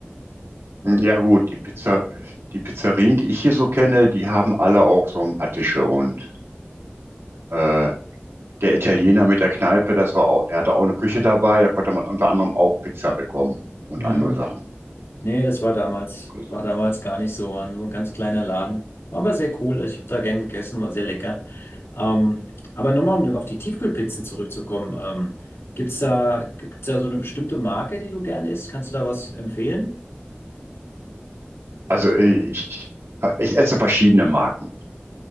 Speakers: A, on the right (about 85°); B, on the left (about 80°).
A: Hm, Ja gut, die Pizza, die Pizzerien, die ich hier so kenne, die haben alle auch so ein paar Tische und äh, der Italiener mit der Kneipe, das war auch, der hatte auch eine Küche dabei, da konnte man unter anderem auch Pizza bekommen und
B: Mhm.
A: andere Sachen.
B: Nee, das war damals,
A: Also.
B: war damals gar nicht so, war nur so ein ganz kleiner Laden. War aber sehr cool, ich habe da gern gegessen, war sehr lecker. Ähm, aber nochmal, um auf die Tiefkühlpizzen zurückzukommen, ähm, gibt's da, gibt's da so eine bestimmte Marke, die du gern isst? Kannst du da was empfehlen?
A: Also äh, ich, ich esse verschiedene Marken.